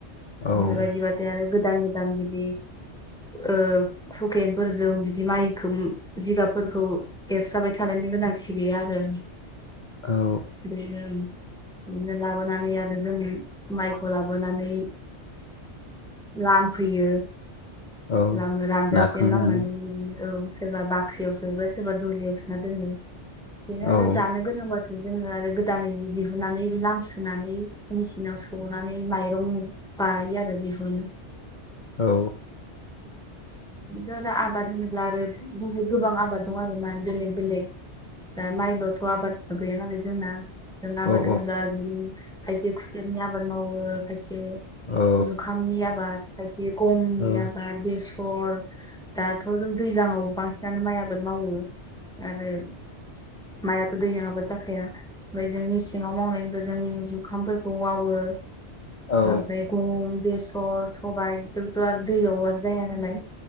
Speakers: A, on the left; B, in the centre.
A: औ
B: बेफोर बायदि बा थाय आरो गोदान गोदान बिदि ओ हुकेन फोरजों बिदि माइखौ जिगाबफोरखौ एरस्राबाय थानायनि गोनांथि गैया आरो।
A: औ
B: बेजों बिदिनो लाबोनानै आरो जों माइखौ लाबोनानै लाम फैयो।
A: औ
B: लाम रानजासिनो
A: नाखांनानै
B: लामनानै औ सोरबा बाख्रियाव सोबाय सोरबा दुलियाव सो दोनो बेनो आरो
A: औ
B: जानो गोनांबा जोङो आरो गोदानै दिहुननानै लाम सुनानै मेचिनाव सौनानै माइरं बानायो आरो दिहुनो।
A: औ।
B: थ' दा आबाद होनोब्ला आरो बुहुद गोबां आबाद दं आरो मान बेलेग बेलेग। दा माइ लथ' आबाद गैया नालाय जोंना। जों आबाद
A: औ
B: होनोब्ला ओ खायसे खुसेयानि आबाद मावो खायसे
A: औ
B: जुखामनि आबाद खायसे गमनि
A: औ
B: आबाद बेसर दाथ' जों दैज्लांआव बांसिनानो माइ आबाद मावो आरो। माइथ' दै नाङाबा जाखाया ओमफ्राय जों मेसेङाव मावनायनिबो जों जुखामफोरखौ मावो
A: औ
B: ओमफ्राय गम बेसर सबाय बेफोरथ' आरो दैयाव जाया नालाय